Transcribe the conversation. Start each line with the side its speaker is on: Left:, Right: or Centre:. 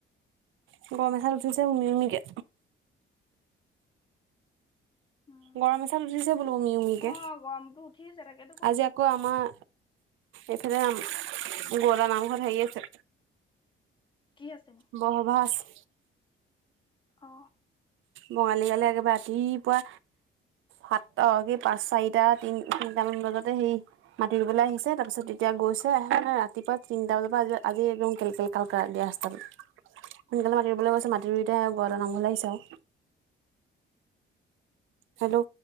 Right: গৰম এচাত উঠিছে উমি উমি কে।
Left: উম
Right: গৰম এচাত উঠিছে বোলো উমি উমিকে
Left: অ' গৰমটো উঠিছে তাকেতো কৈছো
Right: আজি আকৌ আমাৰ এইফালে গৌৰা নামঘৰত হেৰি আছে।
Left: কি আছে?
Right: ব সভা আছে।
Left: অ।
Right: বঙালী গালে একেবাৰে ৰাতিপুৱা সাতটা কি পাঁচ চাৰিটা তিন তিনিটামান বজাতে সেই মাতি ৰুবলৈ আহিছে তাৰপিছত এতিয়া গৈছে আহে ৰাতিপুৱা তিনিটা বজাৰ পৰা আ আজি একদম কেল কেল কাল কাল দিয়া ৰাস্তাত সোনকালে মাটি ৰুবলৈ গৈছে মাটি ৰুইতে বৰা নামঘৰ আহিছে আও হেল্ল'